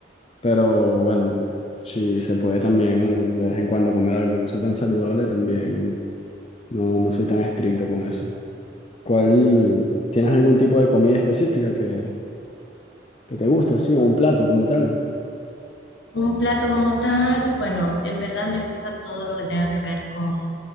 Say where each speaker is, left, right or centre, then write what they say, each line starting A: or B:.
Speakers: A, on the left; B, on the left.
A: Pero bueno, si se puede también de vez en cuando comer algo que no sea tan saludable, también no, no soy tan estricto con eso. ¿Cuál, tienes algún tipo de comida específica que, que te guste, así, o un plato como tal?
B: Un plato como tal, bueno, en verdad me gusta todo lo que tenga que ver con